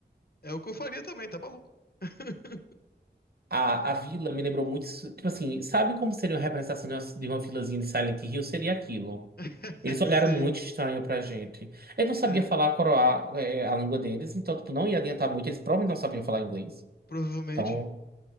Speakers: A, on the left (about 55°); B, on the right (about 55°).
A: É o que eu faria também, tá maluco? <laughs>
B: A, a vila me lembrou muito. isso- Tipo assim, sabe como seria uma representação de uma, de uma vilazinha de Silent Hill? Seria aquilo.
A: <laughs>
B: Eles
A: sim
B: olharam muito estranho pra gente. Eu não sabia
A: É,
B: falar coroar é, a língua deles, então tipo, não ia adiantar muito. Eles provavelmente não sabiam falar inglês.
A: provavelmente.
B: Então,